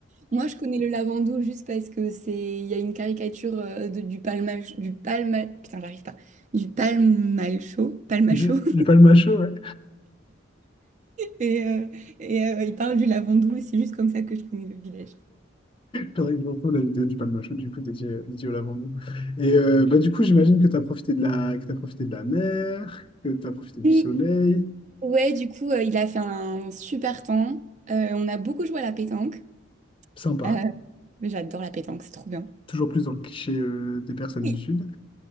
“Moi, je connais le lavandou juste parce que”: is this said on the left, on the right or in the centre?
Right